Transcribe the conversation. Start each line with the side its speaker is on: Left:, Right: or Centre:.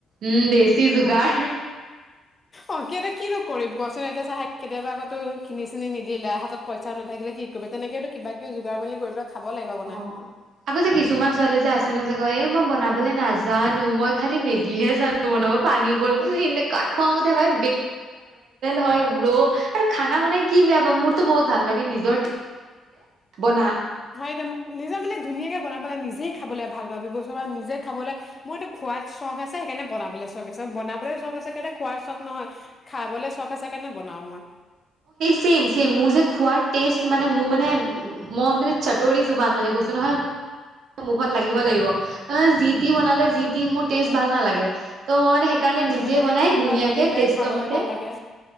Right: উম দেছি যোগাৰ।
Left: অ অ কেতিয়া কিনো কৰিম কচোন কেতিয়াবা আকতো খিনি চিনি নিদে হাতত পইচা নাথাকিলে কি কৰিব তেনেকেতো কিবা কিবি যোগাৰ মেলি কৰিবা। খাব লাগিব বনাই।
Right: অ আকৌ যে কিছুমান ছোৱালী যে আছে নহয় যে এই মই বনাব। নাজানো মই খালি মেগীহে জানো বনাব পানী বইল এনেকুৱা খং উঠে ভাই হয় ব্ৰ আৰু খানা বনাই কি বেয়া পোৱা মোৰতো বহুত ভাল লাগে নিজৰ। বনা।
Left: হয় এয়া নিজে মানে ধুনীয়াকে বনাব লে নিজেই খাবলৈ ভাল পাবি বস্তু নিজে খাবলৈ মোৰ এইটো খাত চখ আছে সেইকাৰণে বনাবলৈ চখ আছে বনাবলৈ চখ আছে কাৰণে খোৱাৰ চখ নহয় খাবলৈ চখ আছে কাৰণে বনাওঁ মই।
Right: ছেইম ছেইম মোৰ যে খোৱাৰ টেষ্ট মানে মোৰ মানে মই মানে। চটোৰী। জোবান মানে কৈছো নহয়। মুখত লাগিব লাগিব তাৰমানে যি টি বনালে যি টি মোৰ টেষ্ট ভাল নালাগে। ত' মই মানে সেইকাৰণে
Left: এ
Right: নিজে
Left: ধুনীয়াকে
Right: বনাই
Left: তোৰ মুখত
Right: ধুনীয়াকে
Left: লাগিল দে
Right: টেষ্টৰ
Left: খাবলে
Right: মতে
Left: ভাল লাগে